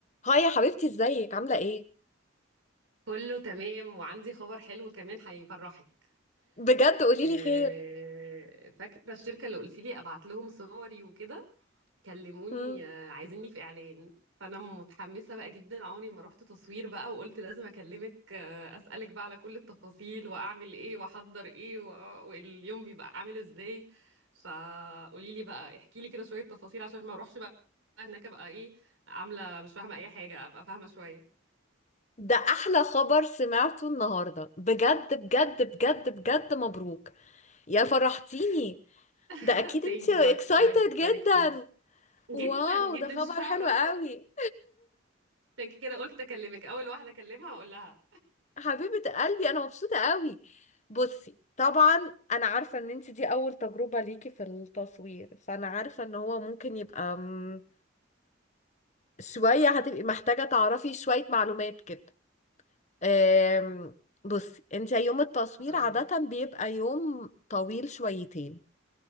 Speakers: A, on the left; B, on the right.
A: هاي يا حبيبتي ازيك عاملة ايه؟
B: كله تمام وعندي خبر حلو كمان هيفرحك
A: بجد قوليلي
B: آه،
A: خير
B: فاكرة الشركة اللي قلت لي ابعت لهم صوري وكده كلموني
A: مم.
B: آه، عايزيني في اعلان فانا متحمسة بقى جدا عمري ما رحت تصوير بقى وقلت لازم اكلمك آه، اسألك بقى على كل التفاصيل واعمل ايه واحضر ايه و- واليوم بيبقى عامل ازاي فقولي لي بقى احكي لي كده شوية تفاصيل عشان ما اروحش بقى هناك ابقى ايه عاملة مش فاهمة اي حاجة ابقى فاهمة شوية
A: ده احلى خبر سمعته النهاردة بجد بجد بجد بجد مبروك يا فرحتيني ده
B: <laughs>
A: اكيد
B: ثانك
A: انتي
B: يو حبيبتي
A: اكسايتد
B: الله
A: جدا
B: يبارك فيك جدًا،
A: واو
B: جدًا،
A: ده خبر
B: مش فاهمة،
A: حلو قوي
B: عشان كده قُلت أكلمِك، أول واحدة أكلمها هاقول لها.
A: حبيبة قلبي انا مبسوطة قوي بصي طبعا انا عارفة ان انتي دي اول تجربة ليكي في التصوير فانا عارفة ان هو ممكن يبقى مم، شوية هتبقي محتاجة تعرفي شوية معلومات كده آم، بصي انت يوم التصوير
B: آه،
A: عادة بيبقى يوم طويل شويتين